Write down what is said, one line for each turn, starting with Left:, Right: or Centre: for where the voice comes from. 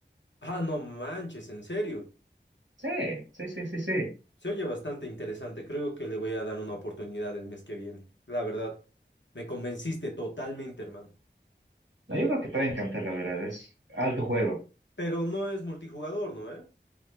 Left: ah, no manches, en serio.
Right: Sí, sí, sí, sí, sí.
Left: Se oye bastante interesante. Creo que le voy a dar una oportunidad el mes que viene. La verdad, me convenciste totalmente, hermano.
Right: No, yo creo que te va a encantar, la verdad. Es alto juego.
Left: Pero no es multijugador, ¿no, eh?